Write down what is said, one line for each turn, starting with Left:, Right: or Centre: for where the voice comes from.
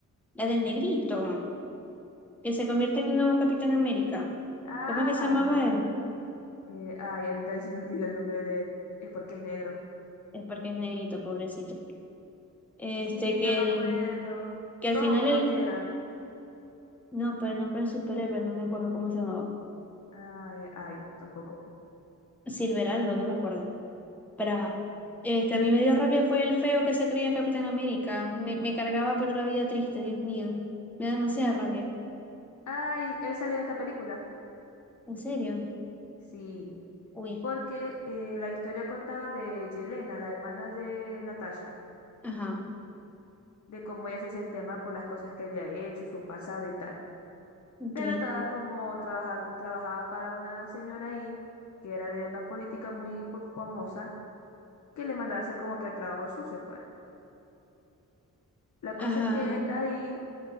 Centre: La del negrito, que se convierte en el nuevo Capitán América.
Left: Ajá,
Centre: ¿Cómo es que se llamaba
Left: ajá, ajá.
Centre: él?
Left: Eh, ay, a mí también <laughs> se me olvida el nombre de él. Es porque es negro.
Centre: Es porque es negrito, pobrecito. Este,
Left: Sí,
Centre: que
Left: no me
Centre: el,
Left: acuerdo.
Centre: que al
Left: Tom,
Centre: final
Left: creo
Centre: él,
Left: que era.
Centre: no, pero el nombre del superhéroe, no me acuerdo cómo se llamaba.
Left: Ay, ay, tampoco.
Centre: Silver algo, no me acuerdo. Pero ajá. Este, a mí me dio rabia fue el feo que se creía Capitán América. Me, me cargaba, pero la vida triste, Dios mío. Me da demasiada rabia.
Left: Ay, él salió en esta película.
Centre: ¿En serio?
Left: Sí.
Centre: Uy.
Left: porque eh, la historia contaba de Yelena, la hermana de Natasha,
Centre: Ajá.
Left: de cómo ella se sentía mal por las cosas que había hecho, su pasado y tal.
Centre: Ok.
Left: Pero estaba como trabaja- trabajaba para una señora ahí, que era de una política muy po- famosa, que le mandaba hacer como que el trabajo sucio, pues. La cosa
Centre: Ajá.
Left: es que ahí